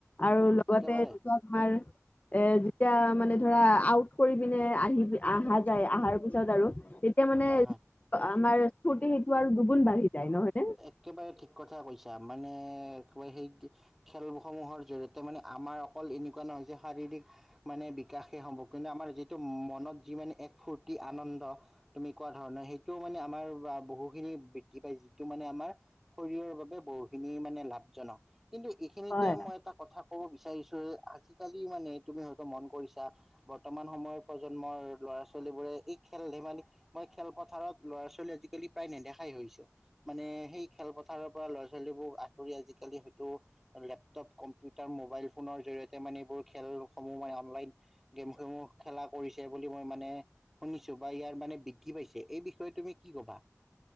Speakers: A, on the left; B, in the centre.
A: আৰু লগতে
B: একেবাৰে
A: যিটো আমাৰ এ যেতিয়া মানে ধৰা আউট কৰি পিনে আহি আহা যায় আৰু পিছত আৰু তিয়া মানে
B: হয় হয়
A: আমাৰ ফুৰ্তি সেইটো আৰু দুগুণ বাঢ়ি যায় নহয় নে?
B: একেবাৰে ঠিক কথা কৈছা মানে <unintelligible> খেলসমূহৰ জৰিয়তে মানে আমাৰ অকল এনেকুৱা নহয় যে শাৰীৰিক মানে বিকাশে হ'ব। কিন্তু আমাৰ যিটো মনত যি মানে এক ফূৰ্তি আনন্দ তুমি কোৱা ধৰণৰ সেইটোও মানে আমাৰ বহুখিনি বৃদ্ধি পাইছে। টো মানে আমাৰ শৰীৰৰ বাবে বহুখিনি মানে লাভজনক। কিন্তু এইখিনিতে
A: হয়
B: মই এটা কথা ক'ব বিচাৰিছো আজিকালি মানে তুমি হয়তো মন কৰিছা। বৰ্তমান সময়ৰ প্ৰজন্মৰ ল'ৰা ছোৱালীবোৰে এই খেল ধেমালি মই খেলপথাৰত ল'ৰা ছোৱালী আজিকালি প্ৰায় নেদেখাই হৈছো। মানে সেই খেলপথাৰ পৰা ল'ৰা ছোৱালীবোৰ আঁতৰি আজিকালি হয়তো লেপটপ কম্পিউটাৰ মোবাইল ফোনৰ জৰিয়তে মানে এইবোৰ খেলসমূহ মানে অনলাইন গেমসমূহ খেলা কৰিছে বুলি মই মানে শুনিছো বা ইয়াৰ মানে বৃদ্ধি পাইছে। এই বিষয়ে তুমি কি কবা?